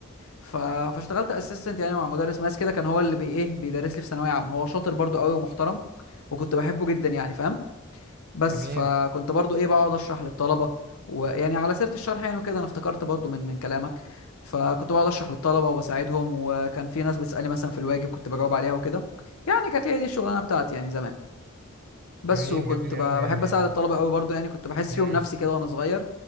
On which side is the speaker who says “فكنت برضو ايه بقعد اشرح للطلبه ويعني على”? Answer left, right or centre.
Left